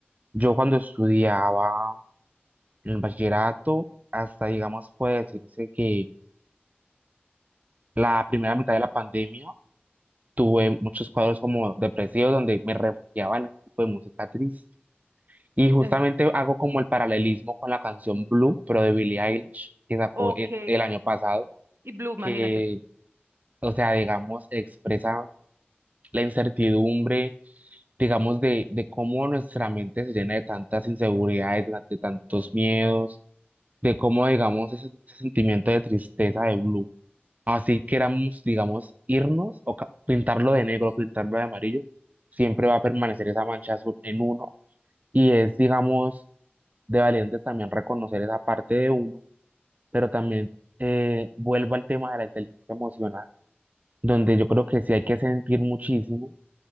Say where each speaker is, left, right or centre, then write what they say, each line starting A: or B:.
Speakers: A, on the right; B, on the right.
A: yo cuando estudiaba el bachillerato, hasta, digamos, puede decirse que la primera mitad de la pandemia tuve muchos cuadros como depresivos donde me refugiaba en ese tipo de música triste. Y justamente
B: te-
A: hago como el paralelismo con la canción Blue, pero de Billie Eilish, que sacó
B: Ok,
A: e- el año pasado,
B: y Blue, imagínate.
A: que, o sea, digamos, expresa la incertidumbre digamos, de, de cómo nuestra mente se llena de tantas inseguridades, de, ta- de tantos miedos, de cómo, digamos, ese, ese sentimiento de tristeza de Blue. Así queramos, digamos, irnos o ca- pintarlo de negro, pintarlo de amarillo, siempre va a permanecer esa mancha azul en uno. Y es, digamos, de valientes también reconocer esa parte de uno, pero también eh, vuelvo al tema de la inteligencia emocional, donde yo creo que sí hay que sentir muchísimo